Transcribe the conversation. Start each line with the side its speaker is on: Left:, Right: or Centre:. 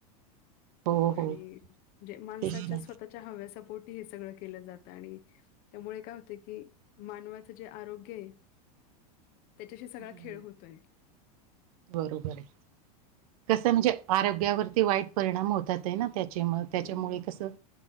Right: हो
Left: आणिे
Right: हो
Left: जे, माणसाच्या
Right: तेच ना
Left: स्वतःच्या हव्यासपोटी हे सगळं. केलं जात आणि त्यामुळे काय होतंय की मानवाच जे आरोग्य आहे. त्याच्याशी
Right: हम्म
Left: सगळा खेळ होतोय
Right: बरोबर आहे कस म्हणजे आरोग्यावरती वाईट परिणाम होतात आहे ना त्याच्या म त्याच्यामुळे
Left: हो,
Right: कसं